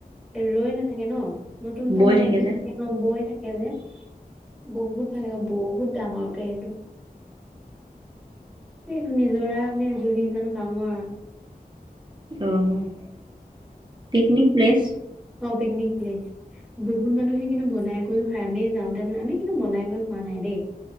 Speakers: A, in the centre; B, on the right.
A: ৰৈ নাথাকে ন, নতুন পানী
B: বৈ
A: আহি
B: যে
A: থাকে অ বৈ থাকে যে বহুত ভাল লাগে, বহুত ডাঙৰকে সেইটো। সেই নিজৰা নে জুৰি জানো ডাঙৰ আৰু
B: অ', পিকনিক প্লেচ
A: অ', পিকনিক প্লেছ বহুত মানুহে কিন্তু বনাই কৰিও খায়। আমি যাওঁ তাৰ মানে আমি কিন্তু বনাই কৰি খোৱা নাই দেই।